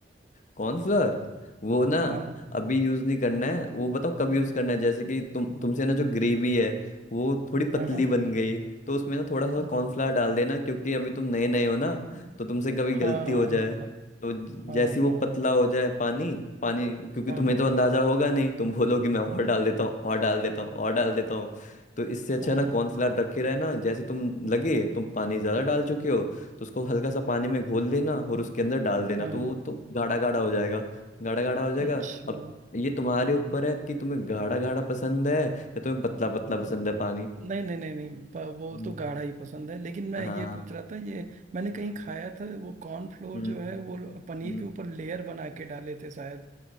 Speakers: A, on the left (about 45°); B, on the right (about 40°).
A: कॉर्नफ्लोर वो ना
B: हाँ
A: अभी यूज नहीं करना है वो बताओ कब यूज करना है जैसे कि तुम तुमसे ना जो ग्रेवी है वो थोड़ी पतली
B: हाँ हाँ
A: बन गई तो उसमें ना थोड़ा सा
B: अ-
A: कॉर्नफ्लोर डाल देना क्योंकि अभी तुम नए नए हो ना तो तुमसे कभी
B: हाँ
A: गलती हो जाए
B: हाँ
A: तो ज-
B: हाँ
A: जैसे ही
B: हाँ
A: वो पतला हो जाए पानी पानी क्योंकि
B: हाँ
A: तुम्हें
B: हाँ
A: तो अंदाजा होगा नहीं तुम बोलोगे मैं और डाल देता हूँ और डाल देता हूँ और डाल देता हूँ तो इससे अच्छा
B: हाँ
A: है ना
B: हाँ
A: कॉर्नफ्लोर रखे रहना जैसे तुम लगे तुम पानी ज्यादा डाल चुके हो तो उसको हल्का सा पानी में घोल लेना और उसके अंदर डाल देना
B: हाँ,
A: तो
B: हाँ,
A: वो तो गाढ़ा गाढ़ा हो जाएगा गाढ़ा गाढ़ा हो जाएगा
B: अच्छा
A: अब ये तुम्हारे ऊपर है कि तुम्हें गाढ़ा गाढ़ा पसंद है या तुम्हें पतला पतला पसंद है पानी
B: नहीं नहीं नहीं नहीं प- वो
A: हम्म
B: तो गाढ़ा ही पसंद है लेकिन मैं
A: हाँ
B: ये पूछ रहा था ये मैंने कहीं
A: हम्म
B: खाया था वो कॉर्नफ्लोर
A: हम्म
B: जो है वो पनीर
A: हम्म।
B: के ऊपर लेयर बना के डाले थे शायद